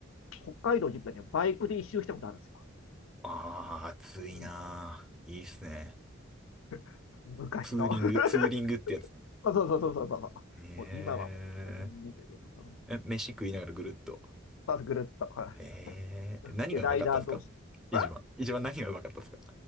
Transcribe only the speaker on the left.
北海道実はね、バイクで一周したことあるんですよ。
うん、
<laughs> 昔の。
<laughs>
そうそうそうそうそうそう。
もう今はもう、残念だけど、その、
まずぐるっと。はい
で、ライダー同士。え